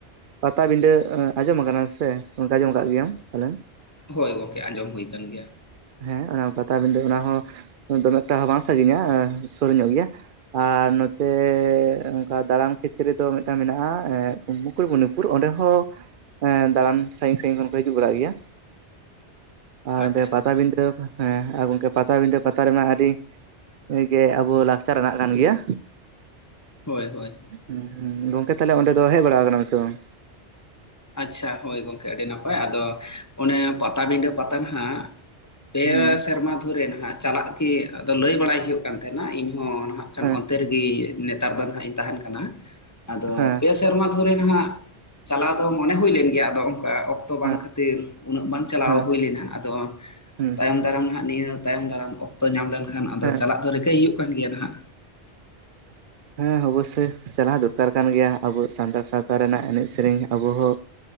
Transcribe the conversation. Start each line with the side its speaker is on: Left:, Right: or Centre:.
Right: ᱯᱟᱛᱟ ᱵᱤᱸᱰᱟᱹ, ᱟᱸ ᱟᱸᱡᱚᱢ ᱟᱠᱟᱱᱟ ᱥᱮ ᱜᱚᱝᱠᱮ ᱟᱸᱡᱚᱢ ᱟᱠᱟᱜ ᱜᱮᱭᱟᱢ ᱯᱟᱞᱮᱱ?
Left: ᱦᱳᱭ ᱜᱚᱝᱠᱮ ᱟᱸᱡᱚᱢ ᱦᱩᱭ ᱠᱟᱱ ᱜᱮᱭᱟ᱾
Right: ᱦᱮᱸ ᱚᱱᱟ ᱯᱟᱛᱟ ᱵᱤᱸᱰᱟᱹ ᱚᱱᱟ ᱦᱚᱸ ᱫᱚᱢᱮ ᱴᱟᱦ ᱦᱚᱸ ᱵᱟᱝ ᱥᱟᱺᱜᱤᱧᱟ, ᱟᱸ ᱥᱩᱨ ᱧᱚᱜ ᱜᱮᱭᱟ᱾ ᱟᱨ ᱱᱚᱛᱮ ᱚᱸᱠᱟ ᱫᱟᱬᱟᱱ ᱠᱷᱮᱛᱨᱮ ᱫᱚ ᱢᱮᱫᱴᱟᱝ ᱢᱮᱱᱟᱜᱼᱟ, ᱮᱸ ᱠᱩ ᱢᱩᱠᱩᱬ ᱵᱩᱱᱤ᱾ ᱯᱩᱨᱟᱹ ᱚᱸᱰᱮ ᱦᱚ, ᱮᱸ ᱫᱟᱬᱟᱱ ᱥᱟᱺᱜᱤᱧ ᱥᱟᱺᱜᱤᱧ ᱠᱷᱚᱱ ᱠᱚ ᱦᱤᱡᱩᱜ ᱵᱟᱲᱟᱜ ᱜᱮᱭᱟ᱾ ᱟᱨ
Left: ᱟᱪᱪᱷᱟ
Right: ᱚᱸᱰᱮ ᱯᱟᱛᱟ ᱵᱤᱸᱫᱟᱹᱵᱽ ᱦᱮᱸ ᱟᱨ ᱜᱚᱝᱠᱮ ᱯᱟᱛᱟ ᱵᱤᱸᱰᱷᱟᱹ ᱯᱟᱛᱟ ᱨᱮᱢᱟ ᱟᱹᱰᱤ ᱮ ᱜᱮ ᱟᱵᱚ ᱞᱟᱠᱪᱟᱨ ᱨᱮᱱᱟᱜ ᱠᱟᱱ ᱜᱮᱭᱟ᱾
Left: ᱦᱳᱭ ᱦᱚᱭ᱾
Right: ᱮᱸ ᱦᱮᱸ ᱦᱮᱸ, ᱜᱚᱝᱠᱮ ᱛᱟᱦᱮᱞᱮ ᱚᱸᱰᱮ ᱫᱚ ᱦᱮᱜ ᱵᱟᱲᱟᱣ ᱟᱠᱟᱱᱟ ᱵᱤᱱ ᱥᱮ ᱵᱟᱝ?
Left: ᱟᱪᱪᱷᱟ ᱦᱳᱭ ᱜᱚᱝᱠᱮ ᱟᱹᱰᱤ ᱱᱟᱯᱟᱭ, ᱟᱫᱚ ᱚᱱᱮ ᱯᱟᱛᱟ ᱵᱤᱰᱷᱟᱹ ᱯᱟᱛᱟ ᱱᱷᱟᱸᱜ ᱯᱮ
Right: ᱦᱩᱸ
Left: ᱥᱮᱨᱢᱟ ᱫᱷᱚᱨᱮ ᱱᱟᱦᱟᱜ ᱪᱟᱞᱟᱜ ᱠᱤ ᱟᱫᱚ ᱞᱟᱹᱭ ᱵᱟᱲᱟᱭ ᱦᱩᱭᱩᱜ ᱠᱟᱱ ᱛᱟᱦᱮᱼᱟ ᱤᱧᱦ ᱱᱟᱟᱜ ᱠᱷ
Right: ᱦᱮᱸ
Left: ᱚᱱᱛᱮ ᱨᱮᱜᱮ ᱱᱮᱛᱟᱨ ᱫᱚ ᱱᱟᱟᱜ ᱤᱧ ᱛᱟᱦᱮᱱ ᱠᱟᱱᱟ ᱟᱫᱚ
Right: ᱦᱮᱸ
Left: ᱯᱮᱥᱼᱼ ᱥᱮᱨᱢᱟ ᱫᱷᱚᱨᱮ ᱱᱟᱦ ᱪᱟᱞᱟᱣ ᱫᱚ ᱢᱚᱱᱮ ᱦᱩᱭ ᱞᱮᱱ ᱜᱮᱭᱟ ᱟᱫᱚ ᱚᱱᱠᱟᱼᱼ ᱚᱠᱛᱚ ᱵᱟᱝ
Right: ᱦᱮᱸ
Left: ᱠᱷᱟᱹᱛᱤᱨ ᱩᱱᱟᱹᱜ ᱵᱟᱝ ᱪᱟᱞᱟᱣ
Right: ᱦᱮᱸ
Left: ᱦᱩᱭ ᱞᱮᱱᱟ ᱟᱫᱚ
Right: ᱦᱮᱸ
Left: ᱛᱟᱭᱚᱢ ᱫᱟᱨᱟᱢ ᱱᱟᱟᱜᱼᱼ ᱱᱤᱭᱟᱹ ᱛᱟᱭᱚᱢ ᱫᱟᱨᱟᱢ ᱚᱠᱛᱚ ᱧᱟᱢ ᱞᱮᱱᱠᱷᱟᱱ ᱟᱫᱚ
Right: ᱦᱮᱸ
Left: ᱪᱟᱞᱟᱜ ᱫᱚ ᱨᱤᱠᱟᱹᱭ ᱦᱩᱭᱩᱜ ᱠᱟᱱ ᱜᱮᱭᱟ ᱱᱟᱦᱟᱜ᱾
Right: ᱦᱮᱸ ᱚᱵᱚᱥᱥᱳᱭ ᱪᱟᱞᱟᱣ ᱫᱚᱨᱠᱟᱨ ᱠᱟᱱ ᱜᱮᱭᱟ ᱟᱵᱚ ᱥᱟᱱᱛᱟᱲ ᱥᱟᱶᱛᱟ ᱨᱮᱱᱟᱜ ᱮᱱᱮᱡ ᱥᱮᱨᱮᱧ ᱟᱵᱚ ᱦᱚᱸᱼᱼ